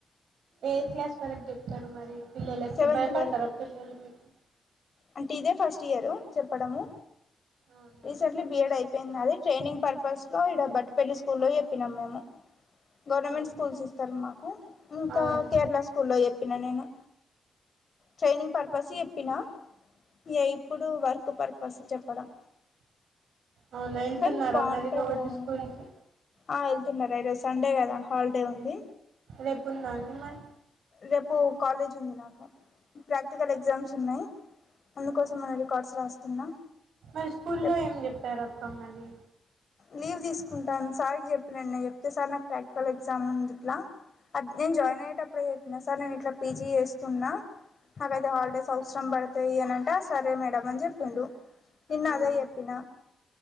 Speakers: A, on the right; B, on the left.
A: ఏ క్లాస్ వరకు జెప్తరు మరి పిల్లలకి
B: సెవెంత్
A: భయ పడతార
B: వరకు
A: పిల్లలు మీకు
B: అంటే ఇదే ఫస్ట్ ఇయరు చెప్పడము
A: అవునా
B: రీసెంట్లీ బిఎడ్ అయిపోయింది నాది ట్రైనింగ్ పర్పస్ లో ఇడ బట్టుపల్లి స్కూల్లో చెప్పినాం మేము గవర్నమెంట్
A: ఆహా
B: స్కూల్స్ ఇస్తారు మాకు ఇంకా
A: అవునా
B: కేరళ స్కూల్లో ఎప్పిన నేను ట్రైనింగ్ పర్పస్ ఎప్పిన ఇయ ఇప్పుడు వర్క్ పర్పస్ చెప్పడం
A: అవునా వెళ్తున్నారా
B: కన్ బాంటదిరా
A: మరి రోజు స్కూల్ కి
B: ఆ వెళ్తున్నారు ఈ రోజ్ సండే కదా హాలిడే ఉంది
A: రేపు ఉందా అండి మరి
B: రేపు కాలేజ్ ఉంది నాకు ప్రాక్టికల్ ఎగ్జామ్స్ ఉన్నాయి అందుకోసమే రికార్డ్స్ రాస్తున్నా
A: మరి స్కూల్లో
B: రేపు
A: ఏం చెప్పారు అక్కమరి
B: లీవ్ తీసుకుంటాన్ సారికి చెప్పిన నేను చెప్తే సార్ నాకు ప్రాక్టికల్ ఎగ్జామ్ ఉంది ఇట్లా అ నేను జాయిన్ అయ్యేటప్పుడే చెప్పిన సార్ నేను ఇట్లా పీజీ చేస్తున్నా అదైతే హాలిడేస్ అవసరం బడతాయి అనింటే సరే మేడం అని చెప్పిండు ఇన్న
A: అవునా
B: అదే ఎప్పినా